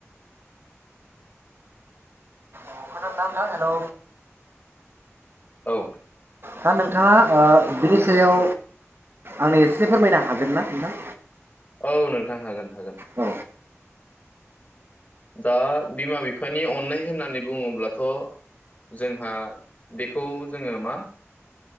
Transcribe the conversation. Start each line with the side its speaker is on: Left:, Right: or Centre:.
Right: खोनादों ना नोंथां हेलौ।
Left: औ
Right: दा नोंथाङा ओ बिनि सायाव आंनो एसे फोरमायनो हागोन ना नोंथां।
Left: औ नोंथां हागोन हागोन।
Right: औ
Left: दा बिमा-बिफानि अननाय होननानै बुङोब्लाथ जोंहा बेखौ जोंङो मा